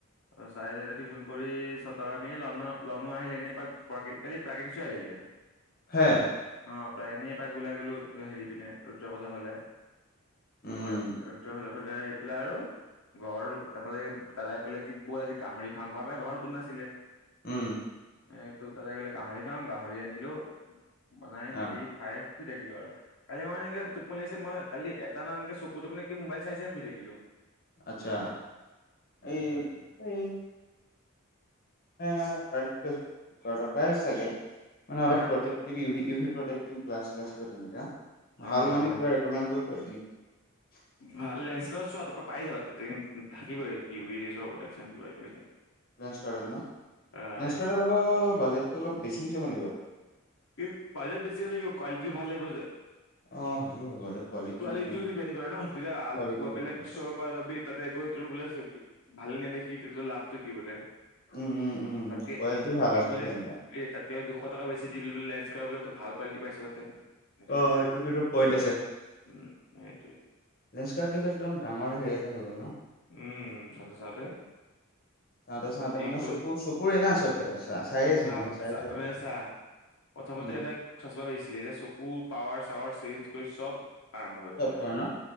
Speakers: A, on the left; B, on the left.
A: অ', চাৰে চাই টিউচন কৰি চতা আমি লো লনো আহিলে এনেই খালি প্ৰাকৃতিচ আহিলে
B: হে।
A: অ', প্ৰায় এনে এপাক ওলাই গ'লো হেৰি পিনে ৰুদ্ৰপচৰ ফালে
B: উম
A: তাৰপা হাল ফালে আহি পেলাই আৰু ঘৰ তাৰপাতে দাদাই কলে কি বৌ আজি গাহৰি খাওঁ ঘৰ পৰা ঘৰ কোন নাছিলে
B: উম।
A: এ তোৰ তাতে গ'লে গাহৰি খাওঁ গাহৰি আনিলো বনাই
B: অ
A: মেলি খাই শুই থাকিলো আৰু কালি মান এনেক টোপনি লাগিছে মই কালি এটা ন একে চকুটো মানে কি মোবাইল চাই চাই শুই থাকিলোঁ।
B: আচ্ছা এই
A: হম
B: এই <unintelligible> ঘৰৰ পৰা চাগে মানে অলপ
A: হা
B: ই
A: ত
B: ইউ ভি প্ৰটেক্টিভ গ্লছ্লাছ তেনেকা ভাল
A: অ
B: মানে
A: অ
B: কিবা ৰেকমেণ্ড কৰিব পাৰি নেকি <inaudible>
A: ভাল লেনস্ কাৰ্ট চোৱা তাৰ পৰা পাই যাবা থাকিবই কি উ বি <unintelligible> প্ৰেকন কিবা কিবি থাকিব।
B: লেঞ্চ কাৰ্ডত ন
A: আহ,
B: লেঞ্চ কাৰ্ডত আকৌ বাজেটটো অলপ বেছি হৈ যাব নেকি বাৰু।
A: কি বজেট বেছি হ'লে কি কোৱালিটি ভাল আহিব যে।
B: অ সেইটো হয় বাৰু কোৱালিটি
A: কোৱালিটিটো
B: মেইন
A: ডিপেণ্ড কৰে ন তেতিয়া <unintelligible>
B: কোৱালিটি ডিপেণ্ড কৰে
A: <unintelligible> তাতে গৈ তোৰ বোলে ভালে নেদেখি তোৰ লাভটো কি বোলে
B: উম উম উম
A: তাতকে
B: কোৱালিটি
A: তাতকে
B: ভাল আকৌ
A: বোলে
B: দেই মানে।
A: এই তাতকে দুশ টকা বেছি দি বোলে লেঞ্চকাৰ্তট বোলে ভাল কোৱালিটি পাইছে তাতে সেইটো
B: অ
A: ডিফাৰেঞ্চ
B: কিন্তু পইণ্ট
A: উম সেইটোৱে
B: লেঞ্চকাৰ্ত কিন্তু একদম ডাঙৰ হেৰি এটা হৈ গ'ল ন
A: উম চাওঁতে চাওঁতে
B: চাওঁতে চাওঁতে
A: এই
B: মানে
A: ক'ত
B: চকুৰ চকুৰে না চব চাই আছে সিঁহতে
A: ভাৱ
B: চাই
A: চা
B: চাই
A: মানে চা প্ৰথমতে
B: উম
A: এটাক চচমা বেছিছিল এতিয়া চকু পাৱাৰ চাৱাৰ চেঞ্জ কৰি চব আৰম্ভ হৈ গ'ল
B: চব
A: এতিয়া
B: কৰে ন